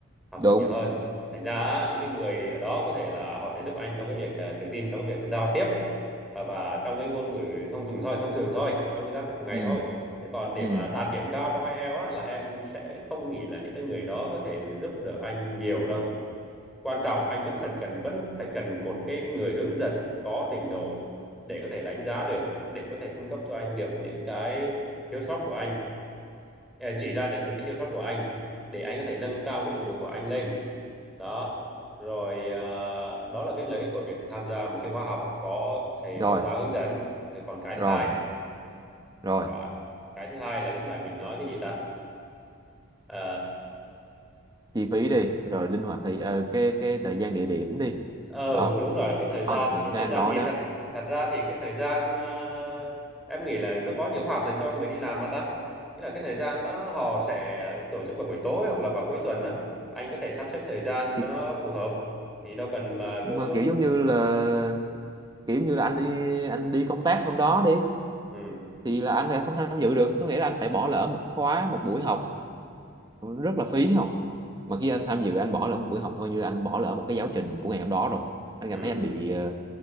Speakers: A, in the centre; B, on the right (about 20°).
A: học
B: đúng
A: thuật nhiều hơn thành ra những cái người ở đó có thể là họ sẽ giúp anh trong cái việc à, tự tin trong cái việc giao tiếp à, và trong cái ngôn ngữ thông dụng thôi thông thường thôi trong cái giao tiếp hàng ngày
B: ừ
A: thôi thế còn để
B: ừ
A: mà đạt điểm cao trong IELTS á, là em sẽ không nghĩ là những cái người đó có thể giúp đỡ anh nhiều đâu quan trọng anh vẫn phần cần vẫn phải cần một cái người hướng dẫn có trình độ để có thể đánh giá được để có thể cung cấp cho anh được những cái thiếu sót của anh à, chỉ ra được những cái thiếu sót của anh để anh có thể nâng cao cái trình độ của anh lên đó rồi à, đó là cái lợi ích của việc tham gia một cái khóa học có thầy
B: rồi
A: cô giáo hướng dẫn rồi còn cái thứ
B: rồi
A: hai
B: rồi
A: có- cái thứ hai là lúc nãy mình nói cái gì ta Ờ,
B: chi phí đi rồi linh hoạt thì ờ, cái cái thời gian địa điểm đi
A: ờ
B: đó,
A: đúng rồi cái thời gian
B: đó những
A: cái
B: cái
A: thời
B: anh
A: gian
B: nói
A: thì
B: đó
A: thật thật ra thì cái thời gian ờ, em nghĩ là nó có nhiều khóa học dành cho người đi làm mà ta nghĩa là cái thời gian đó họ sẽ tổ chức vào buổi tối hoặc là vào cuối tuần đó anh có thể sắp xếp thời gian
B: thì,
A: cho nó phù hợp thì đâu cần là
B: nhưng
A: cứ
B: mà kiểu giống như là kiểu như là anh đi anh đi công tác hôm đó đi
A: ừ,
B: thì là anh lại không tham dự được có nghĩa là anh phải bỏ lỡ một khóa một buổi học rất là phí không mà khi anh tham dự anh bỏ lỡ một buổi học coi như anh bỏ lỡ một cái giáo trình của ngày hôm đó rồi anh
A: ừ.
B: cảm thấy anh bị ờ,